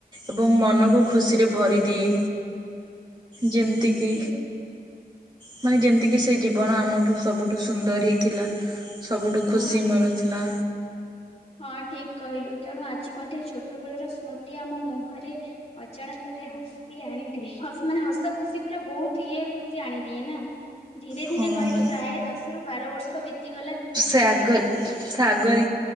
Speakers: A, on the right (about 25°); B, on the left (about 40°).
A: ଏବଂ ମନକୁ ଖୁସିରେ ଭରିଦିଏ। ଯେମିତି କି
B: ଠିକ୍
A: ମାନେ ଯେମିତିକି ସେ ଜୀବନ ଆମଠୁ ସବୁଠୁ ସୁନ୍ଦର ହିଁ ଥିଲା ସବୁଠୁ ଖୁସି
B: ହୁଁ।
A: ମିଳୁଥିଲା
B: ହଁ ଠିକ୍ କହିଲୁ ତେଣୁ ଆଜି ମଧ୍ୟ ଛୋଟ ବଳର ସ୍ମୃତି ଆମ ମୁହଁରେ ଅଜାଣତରେ ହସି ଆଣିଦିଏ ମାନେ ହସ ଖୁସି ପୁରା ବହୁତ ଇଏ ଖୁସି ଆଣିଦିଏ ନା ଧୀରେ
A: ହଁ
B: ଧୀରେ କହିଲୁ ପ୍ରାୟ ଦଶ ବାର ବର୍ଷ ବିତିଗଲା କିନ୍ତୁ କିଛି
A: ସାଗଦ
B: ବି ଜଣା ପଡିଲାନି।
A: ସାଗର